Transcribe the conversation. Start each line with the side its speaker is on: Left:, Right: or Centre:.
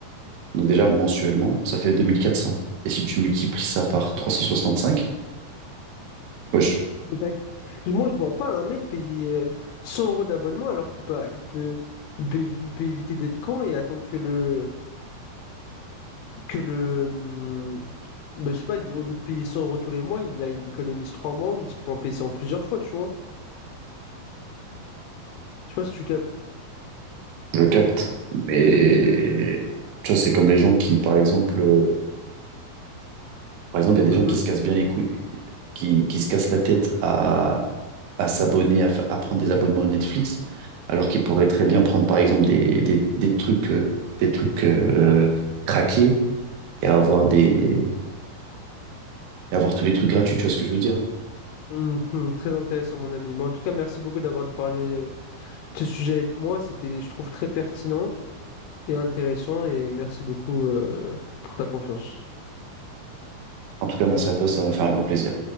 Right: Donc déjà, mensuellement, ça fait 2400. Et si tu multiplies ça par 365, ouais, je,
Left: Mais t'as- Moi, je vois pas un mec payer euh, 100 euros d'abonnement alors qu'il peut, il peut, il peut, il peut éviter d'être con et attendre que le, que le, hum, ben, je sais pas, il- au lieu de payer 100 euros tous les mois, il, a- il économise 3 mois ou il se prend un PC en plusieurs fois, tu vois. Je sais pas si tu captes.
Right: je capte. Mais tu vois, c'est comme les gens qui, par exemple, euh, par exemple, il y a des
Left: Mhm.
Right: gens qui se cassent bien les couilles, qui, qui se cassent la tête à, à s'abonner, à, fa- à prendre des abonnements Netflix, alors qu'ils pourraient très bien prendre, par exemple, des, des, des trucs, euh, des trucs euh, craqués et avoir des, et avoir tous les trucs gratuits, tu vois ce que je veux dire?
Left: Mhm. Très intéressant, mon ami. Mais en tout cas, merci beaucoup d'avoir parlé euh, de ce sujet avec moi. C'était, je trouve, très pertinent et intéressant. Et merci beaucoup, euh, pour ta confiance.
Right: En tout cas, merci à toi, ça m'a fait un grand plaisir.